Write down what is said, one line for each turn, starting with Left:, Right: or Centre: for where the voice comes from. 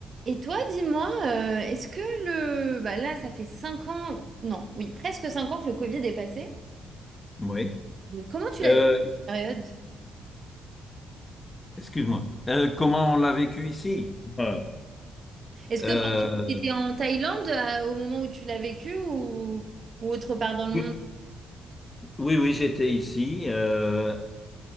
Right: Et toi, dis-moi, euh, est-ce que le... Bah là, ça fait 5 ans, non, oui, presque 5 ans que le Covid est passé.
Left: Oui.
Right: Mais comment tu
Left: Euh,
Right: l'as vécu cette période?
Left: excuse-moi. Euh, comment on l'a vécu ici? Ouais.
Right: Est-ce
Left: Euh,
Right: que enfin, tu étais en Thaïlande à- au moment où tu l'as vécu ou, ou autre part dans le
Left: oui,
Right: monde?
Left: oui, oui, j'étais ici. Euh,